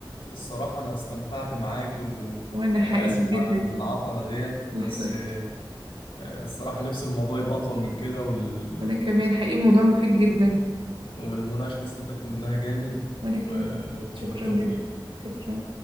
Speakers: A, on the left (about 85°); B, on the right (about 80°).
A: الصراحه انا استمتعت معاكي و...
B: وأنا حقيقي
A: واسف
B: جدا
A: على العطله ديت
B: <laughs> لا
A: بس
B: لا
A: آه، الصراحة نفس الموضوع يبقى أطول من كده وال...
B: وأنا كمان حقيقي موضوع مفيد جدا
A: والمناقشة دي استفدت منها جامد
B: وأنا
A: و...
B: كمان
A: وبالتوفيق
B: شكرا جدا شكرا